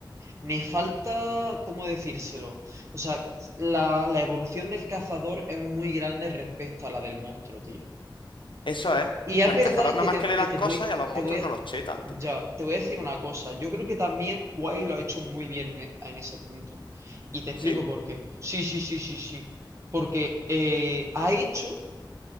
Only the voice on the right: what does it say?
me falta, ¿cómo decírselo? O sea, la, la evolución del cazador es muy grande respecto a la del monstruo, tío.
Y es
verdad
que
te,
que
te
voy,
te voy a,
ya,
te voy a decir una cosa. Yo creo que también Wild lo ha hecho muy bien en, e- en ese punto. Y te explico
por qué. Sí, sí, sí, sí, sí. Porque eh, ha hecho,